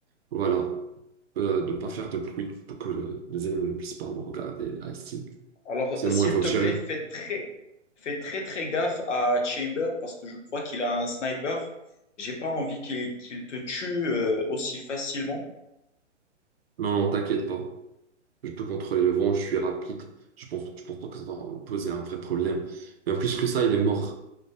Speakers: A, on the right; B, on the left.
A: voilà, euh, de ne pas faire de bruit pour que les ennemis ne puissent pas me regarder ah, ici.
B: Alors,
A: C'est
B: euh, s'il
A: bon, il faut
B: te
A: tirer.
B: plaît, fais très, fais très, très gaffe à Chamber parce que je crois qu'il a un sniper. J'ai pas envie qu'il qu'il te tue euh, aussi facilement.
A: Non, non, t'inquiète pas. Je peux contrôler le vent, je suis rapide. Je pense, je pense pas que ça va poser un vrai problème. Mais en plus que ça, il est mort.